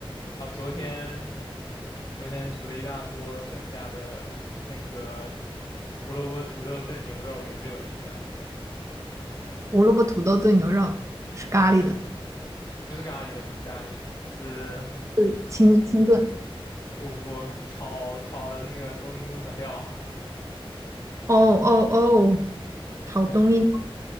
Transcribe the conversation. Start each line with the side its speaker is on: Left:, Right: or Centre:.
Left: 把昨天昨天煮的一大锅剩下的那个胡萝卜土豆炖牛肉给热了一下。
Right: 胡萝卜土豆炖牛肉是咖喱的，
Left: 对。不是咖喱的，不是咖喱的，是
Right: 是清清炖。
Left: 不不炒炒了那个冬阴功的料，
Right: 哦哦哦，
Left: <laughs>
Right: 炒阴阴功？
Left: 对，